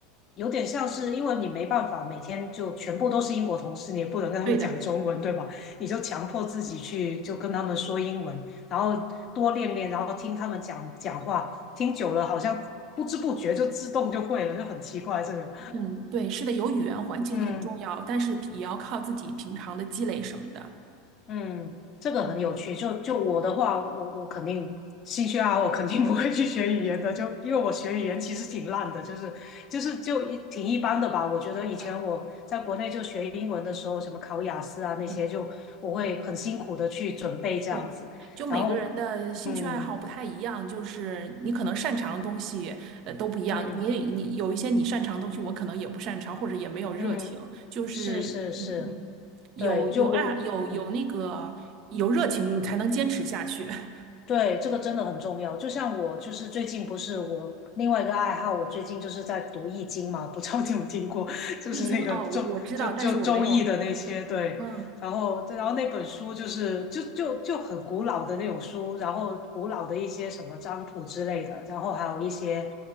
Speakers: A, on the left (about 40°); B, on the right (about 50°).
A: 有点像是因为你没办法每天就全部都是英国同事，你也不能跟他们讲中文，
B: 对的，
A: 对吧？你就强迫自己去就跟他们说英文，然后多练练，然后听他们讲讲话，听久了好像不知不觉就自动就会了，就很奇怪这个。
B: 嗯，对，是的，有语言环境很重要，
A: 嗯
B: 但是也要靠自己平常的积累什么的。
A: 嗯，这个很有趣。
B: 嗯
A: 就就我的话，我我肯定兴趣爱好，我肯定不会去学语言的。就因为我学语言其实挺烂的，就是就是就一挺一般的吧。我觉得以前我在国内就学英文的时候，
B: 嗯
A: 什么考雅思啊那些，
B: 嗯，
A: 就我会很辛苦的去准备这样子。
B: 对，就每个人的兴趣爱好不太一样，
A: 然后，嗯，
B: 就是你可能擅长的东西呃都不一样，
A: 嗯
B: 你你有一些你擅长的东西，我可能也不擅长，或者也没有热情，
A: 嗯，
B: 就是嗯嗯，
A: 是是是，
B: 有有爱有有那个有热情，
A: 对，就我嗯。
B: 你才能坚持下去。<laughs>
A: 对，这个真的很重要。就像我，就是最近不是我另外一个爱好，我最近就是在读《易经》嘛，不知道你有听过，<laughs> 就是那个周就就周易的那些对，
B: 你已经哦，我我知道，但是我没有，嗯。
A: 然后然后那本书就是就就就很古老的那种书，然后古老的一些什么占卜之类的，然后还有一些